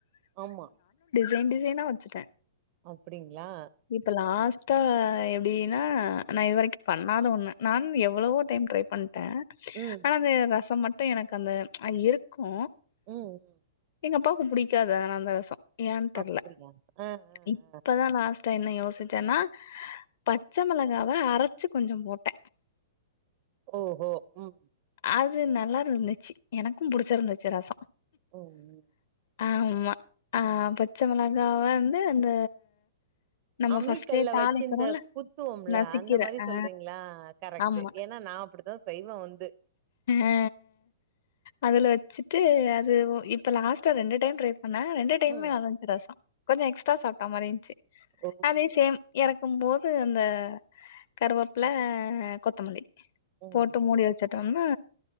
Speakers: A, on the right; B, on the left.
A: ஆம்மா
B: ரெண்டிசைனா வச்சுட்ட
A: அப்டிங்ளா
B: இப்போ லாஸ்ட்டா எப்டின்னா நா இதுவரைக்கு பண்ணாத ஒன்னு நா எவ்ளவோ டைம் ட்ரை பண்ட்டே
A: ம்
B: ஆனா அந்த ரசம் மட்டு எனக்கு அந்த இருக்கு
A: ம்
B: எங்க அப்பாவுக்கு புடிக்காத அந்த ரசொ ஏன்னு தெர்ல
A: அப்டியா ஆ ஆ
B: இப்பதா
A: ஆ
B: லாஸ்டா என்ன யோசிச்சேன்னா பச்ச மொளகாவ அரச்சு கொஞ்ச போட்ட
A: ஓஹோ ம்
B: அது நல்லா ருந்துச்சு எனக்கு புடிச்சுருந்துச்சு ரசொ
A: ம் ம்
B: ஆமா ஆ பச்ச மொளகாவ வந்து அந்த நம்ம
A: அம்மிக்கல்ல
B: ஃபர்ஸ்ட்டே தாளிக்கிறோம்ல,
A: வச்சு இந்த குத்துவோம்ல
B: நசுக்கிற
A: அந்த மாரி
B: ஆ
A: சொல்றீங்ளா கரெட்டு
B: ஆமா.
A: ஏன்னா நா அப்படி த செய்வா வந்து
B: அ அதுல வச்சுட்டு அது இப்ப லாஸ்ட்ல ரெண்டு டைம் டிரை ஆனா ரெண்டு டைமே
A: ம்
B: நல்லாந்துச்சு ரசொ கொஞ்ச எக்ஸ்ட்டா சாப்ட்டா மாரிந்ச்சு
A: ஓஹோ
B: அதே சேம் எறக்கும்போது அந்த கருவாப்ள கொத்தமல்லி
A: ஓஹோ.
B: போட்டு மூடி
A: ம்
B: வச்சுட்டோம்னா